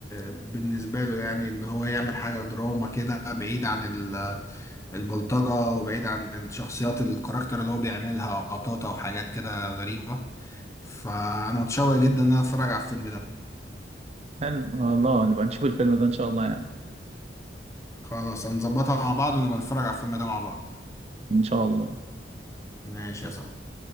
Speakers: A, on the left; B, on the right.
A: بالنسبة له يعني إن هو يعمل حاجة دراما كده بعيد عن ال- البلطجة وبعيد عن الشخصيات الكاركتر اللي هو بيعملها قطاطة وحاجات كده غريبة فأنا متشوق جدا إن أنا أتفرج على الفيلم ده
B: حلو والله نبقى نشوف الفيلم ده ان شاء الله يعني
A: خلاص هنظبطها مع بعض ونبقى نتفرج على الفيلم ده مع بعض
B: ان شاء الله
A: ماشي يا صاحبي